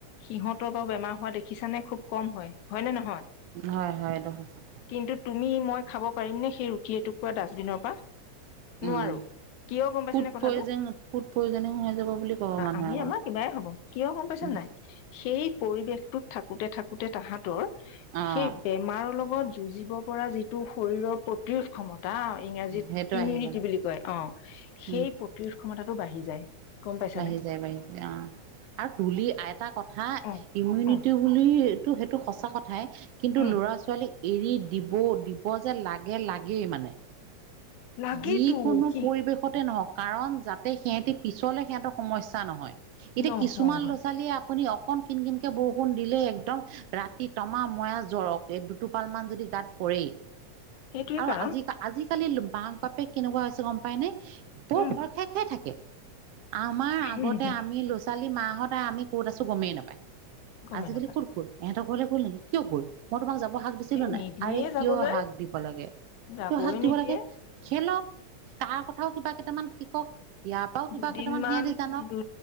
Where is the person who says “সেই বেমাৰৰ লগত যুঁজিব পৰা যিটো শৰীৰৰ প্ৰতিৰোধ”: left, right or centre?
Left